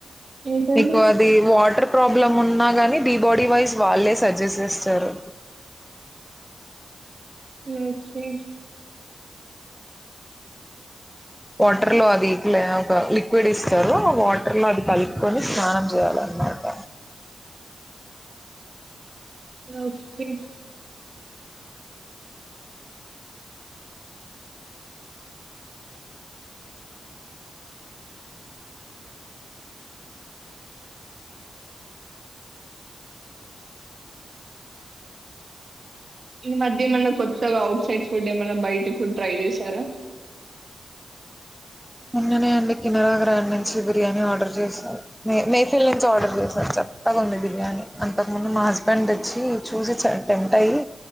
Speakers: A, on the right; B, in the centre.
A: ఏంటండి
B: మీకు అది వాటర్ ప్రాబ్లమ్ ఉన్నా గాని బీ బాడీ వైజ్ వాళ్ళే సజెస్ట్ చేస్తారు
A: ఓకే
B: వాటర్ లో అది లె ఒక లిక్విడ్ ఇస్తారు వాటర్ లో అది కలుపుకొని స్నానం జేయాలన్నమాట.
A: ఓకే ఈ మధ్య ఏమన్నా కొత్తగా ఔట్ సైడ్స్ ఫుడ్ ఏమన్నా బయట ఫుడ్ ట్రై చేశారా
B: మోన్ననే అండి కినరా గ్రాండ్ నుంచి బిర్యానీ ఆర్డర్ చేశారు మేమే పిల్మ్స్ ఆర్డర్ చేశారు. చెత్తగా ఉంది బిర్యానీ అంతకు ముందు మా హజ్బెండ్ వచ్చి చూసి టెంప్ట్ అయ్యి